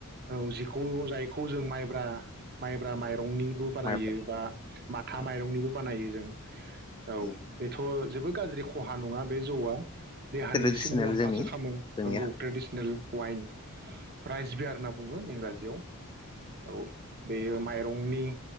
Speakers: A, on the right; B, on the left.
A: औ जिखौ जाय, माइब्रा माइब्रा माइरंनिबो बानायो
B: माइब्रा
A: बा माथा
B: औ
A: माइरंनिबो बानायो जों, औ
B: नंगौ
A: बेथ' जोबोद गाज्रिख खहा नंङा बे जौआ देहानि
B: ट्रेडिसनेल
A: एसे मुलाम्फासो
B: जोंनि
A: खालामो
B: जोंनिया
A: नंगौ ट्रेडिसनेल। उवाइन रायजिबाय आरोना बुं बो इंराजियाव, औ बेयो माइरंनि